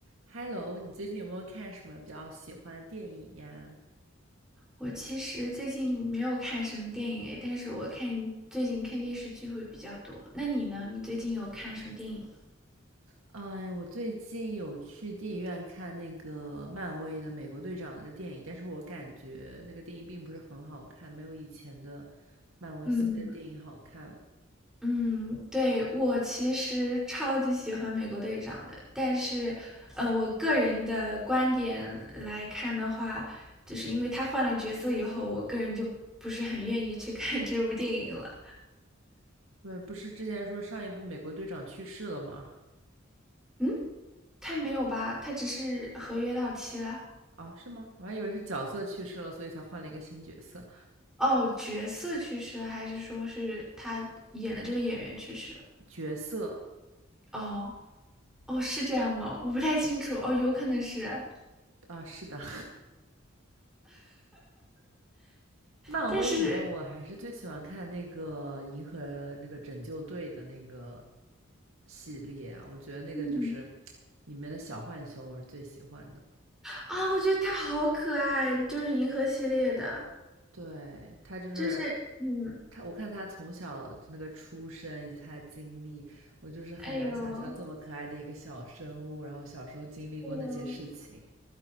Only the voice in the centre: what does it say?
我其实最近没有看什么电影诶，但是我看最近看电视剧会比较多。那你呢？你最近有看什么电影吗？
嗯嗯，对，我其实超级喜欢美国队长的，但是，呃，我个人的观点来看的话，就是因为他换了角色以后，我个人就不是很愿意去看这部电影了。
嗯，他没有吧？他只是合约到期了。
哦，角色去世了，还是说是他演的这个演员去世了？
哦哦，是这样吗？我不太清楚。哦，有可能是，
但是
嗯，
啊，我觉得他好可爱，就是银河系列的，
就是嗯，
哎呦。
哎呦，